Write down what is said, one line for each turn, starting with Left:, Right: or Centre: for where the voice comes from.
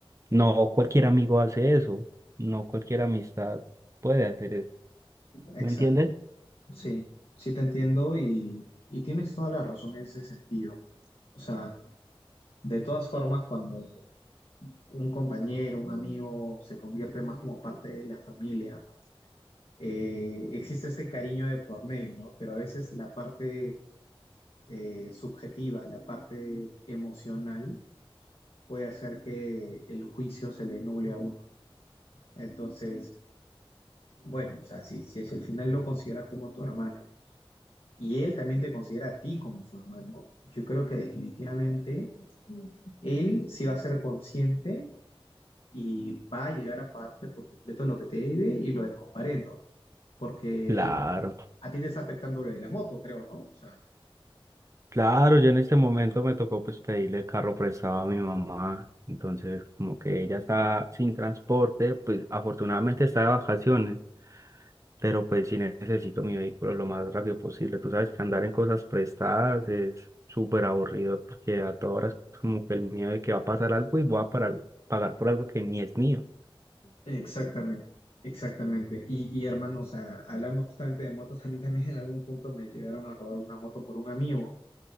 Right: no cualquier amigo hace eso. No cualquier amistad puede hacer eso.
Left: exacto.
Right: ¿Me entiendes?
Left: Sí, sí te entiendo y, y tienes toda la razón en ese sentido. O sea, de todas formas, cuando un compañero, un amigo se convierte más como parte de la familia, eh, existe este cariño de por medio, ¿no? Pero a veces la parte eh, subjetiva, la parte emocional, puede hacer que el juicio se le nuble a uno. Entonces, bueno, o sea, si, si, si al final lo consideras como tu hermano y él también te considera a ti como su hermano, yo creo que definitivamente él sí va a ser consciente y va a llegar a parte por completo lo que te debe y lo del comparendo, porque
Right: Claro.
Left: a ti te está afectando lo de la moto, creo, ¿no? O sea,
Right: Claro, yo en este momento me tocó pues pedirle el carro prestado a mi mamá, entonces como que ella está sin transporte, pues afortunadamente está de vacaciones, pero pues sí necesito mi vehículo lo más rápido posible. Tú sabes que andar en cosas prestadas es súper aburrido porque a todas horas es como que el miedo de que va a pasar algo y voy a parar- pagar por algo que ni es mío.
Left: Exactamente, exactamente. Y, y hermano, o sea, hablando justamente de motos, a mí también en algún punto me llegaron a robar una moto por un amigo,